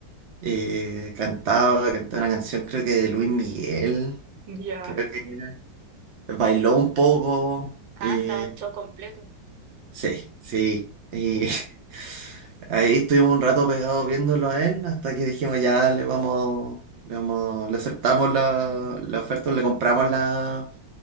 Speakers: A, on the right (about 50°); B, on the right (about 90°).
A: eh, cantaba, cantaba una canción, creo que de Luis Miguel.
B: ya.
A: Creo que era. Bailó un poco.
B: Ah,
A: eh,
B: está el show completo.
A: sí, sí. Y <laughs> ahí estuvimos un rato pegados viéndolo a él hasta que dijimos ya le vamos, le vamos, le aceptamos la, la oferta, le compramos la,